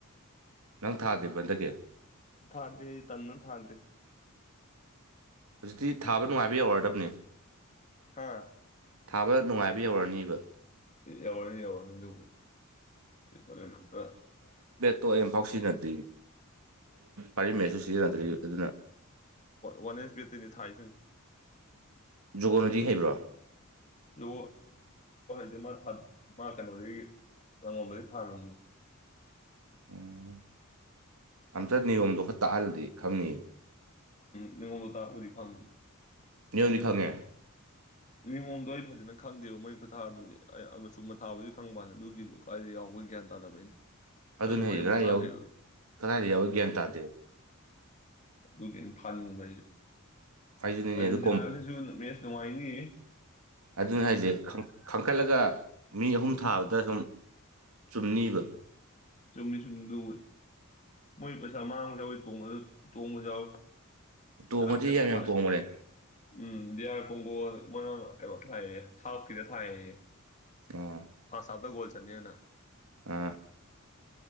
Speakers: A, on the right (about 75°); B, on the left (about 35°).
A: ꯅꯪ ꯊꯥꯗꯦꯕꯟꯗꯗꯤ
B: ꯊꯥꯗ꯭ꯔꯤ ꯇꯟꯅ ꯊꯥꯗ꯭ꯔꯤ
A: ꯍꯧꯖꯤꯛꯇꯤ ꯊꯥꯕ ꯅꯨꯡꯉꯥꯏꯕ ꯌꯥꯏ ꯑꯣꯏꯔꯗꯕꯅꯦ
B: ꯍꯥꯥ
A: ꯊꯥꯕ ꯅꯨꯡꯉꯥꯏꯕ ꯌꯧꯔꯅꯤꯕ
B: ꯌꯥꯋꯥꯅꯤ ꯌꯥꯋꯥꯅꯤꯗꯧꯕ ꯑꯩ ꯐꯦꯅꯠꯇ
A: ꯇꯣ ꯑꯐꯥꯎ ꯁꯤꯖꯤꯟꯅꯗ꯭ꯔꯤ ꯄꯥꯔꯤ ꯃꯠꯁꯨ ꯁꯤꯖꯤꯟꯅꯗ꯭ꯔꯤ ꯑꯗꯨꯅ
B: ꯋꯥꯟ ꯑꯦꯁ ꯕꯦꯠꯇꯔꯤꯅꯤ ꯊꯥꯁꯤꯡ
A: ꯖꯒꯣꯅꯇꯤ ꯍꯩꯕ꯭ꯔꯥ
B: ꯌ ꯊ ꯃꯥ ꯀꯩꯅꯣ ꯔ ꯑꯉꯣ ꯂꯩꯩ ꯊꯒ
A: ꯎꯝ ꯑꯝꯇ ꯅꯤꯌꯣꯝꯗꯣ ꯈꯔ ꯇꯥꯛꯍꯂꯗꯤ ꯈꯪꯅꯤꯕ
B: ꯅꯤꯡꯅꯤꯉꯂꯇ ꯋꯥꯔꯤ ꯐꯪ
A: ꯅꯅꯤꯌꯨ ꯂꯈꯥꯡꯒꯦ
B: ꯅꯤꯉꯣꯝꯗꯣ ꯑꯩ ꯐꯖꯅ ꯈꯪꯗꯦꯕ ꯃꯩ ꯈꯨꯊꯥꯗꯨꯗꯤ ꯑꯩ ꯃꯆꯨꯝ ꯃ ꯊꯥꯕꯗꯤ ꯈꯪꯕꯅꯤ ꯑꯗꯨꯒꯤꯁꯨ ꯀꯥꯏ ꯌꯥꯎꯕꯒꯤ ꯒ꯭ꯌꯥꯟ ꯇꯥꯗꯕ ꯑꯩꯅ ꯑꯩꯁꯨ
A: ꯑꯗꯨꯅ
B: ꯑꯗꯨꯃꯥꯏꯅꯐꯥꯎ
A: ꯑꯩꯖꯤꯛ ꯀꯗꯥꯏꯎ
B: ꯊꯥꯗ꯭ꯔꯤꯕ
A: ꯀꯗꯥꯏꯗ ꯌꯥꯎꯋ ꯒ꯭ꯌꯥꯟ ꯇꯥꯗꯦ
B: ꯑꯗꯨꯒꯤꯩꯅ ꯊꯥꯅꯤꯡꯕ ꯑꯩꯁꯨ
A: ꯑꯩꯁꯨꯅꯤꯅꯦ
B: ꯑꯥꯔꯖꯦꯟꯇꯤꯅꯥꯒꯁꯨ
A: ꯑꯗꯨ
B: ꯃꯦꯁ ꯅꯨꯡꯉꯥꯏꯅꯤꯌꯦ
A: ꯑꯗꯨꯅꯤ ꯍꯥꯏꯁꯦ ꯄꯈꯠꯂꯒ ꯃꯤ ꯑꯍꯨꯝ ꯊꯥꯕꯗ ꯁꯨꯝ ꯆꯨꯝꯅꯤꯕ
B: ꯆꯨꯝꯅꯤ ꯆꯨꯝꯅꯤ ꯂꯋ ꯃꯣꯏ ꯄꯩꯁꯥ ꯃꯥꯡꯕ ꯌꯥꯎꯋꯤ ꯇꯣꯡꯕꯁꯨ ꯌꯥꯎꯋꯤ
A: ꯇꯣꯡꯉꯗꯤ
B: ꯑꯔ ꯀꯩꯅꯣ
A: ꯌꯥꯝ ꯌꯥꯝ
B: ꯊꯥꯏ
A: ꯇꯣꯡꯕꯅꯦ
B: ꯎꯝ ꯌꯥꯔꯄꯨꯒꯣ ꯃꯣꯏꯅ ꯀꯩꯅꯣ ꯊꯥꯏꯌꯦ ꯍꯥꯞꯈꯤꯗ ꯊꯥꯏꯌꯦ
A: ꯑ
B: ꯐꯥꯟ ꯁꯥꯕꯗꯒꯣꯜ ꯆꯦꯅ
A: ꯑ